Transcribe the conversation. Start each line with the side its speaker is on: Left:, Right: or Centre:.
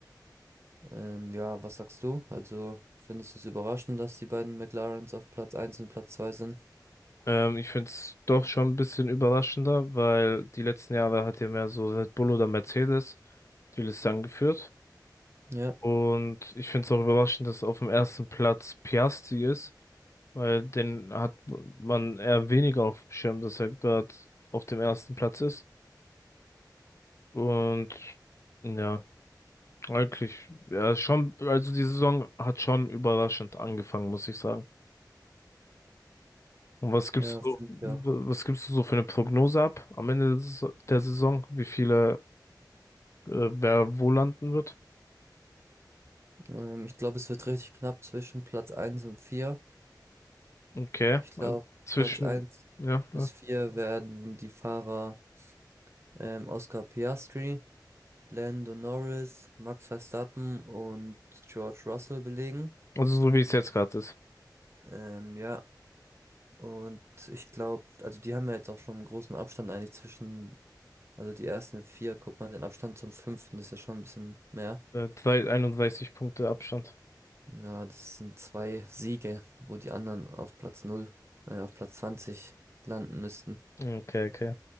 Right: Ähm, ja, was sagst du? Also findest du es überraschend, dass die beiden McLarens auf Platz eins und Platz 2 sind?
Left: Ähm, ich find's doch schon ein bisschen überraschender, weil die letzten Jahre hat ja mehr so Red Bull oder Mercedes die Liste angeführt.
Right: Ja,
Left: Und ich finde es auch überraschend, dass auf dem ersten Platz Piastri ist, weil den hat man eher weniger auf dem Schirm, dass er gerade auf dem ersten Platz ist. Und ja, eigentlich, ja, ist schon, also die Saison hat schon überraschend angefangen, muss ich sagen. Und was gibst
Right: ja, finde
Left: du, so,
Right: ich auch.
Left: was gibst du so für eine Prognose ab am Ende der Saison, der Saison? wie viele, äh, wer wo landen wird?
Right: Ähm, ich glaube, es wird richtig knapp zwischen Platz eins und 4.
Left: Okay,
Right: Ich glaube,
Left: also zwischen,
Right: Platz eins
Left: ja,
Right: bis
Left: ja.
Right: 4 werden die Fahrer ähm, Oscar Piastri, Lando Norris, Max Verstappen und George Russell belegen.
Left: also so wie es jetzt gerade ist.
Right: Ähm, ja, und ich glaube, also die haben ja jetzt auch schon einen großen Abstand eigentlich zwischen, also die ersten vier, guck mal, den Abstand zum fünften ist ja schon ein bisschen mehr.
Left: Äh, drei- 31 Punkte Abstand.
Right: Ja, das sind zwei Siege, wo die anderen auf Platz null, äh, auf Platz 20 landen müssten.
Left: Okay, okay.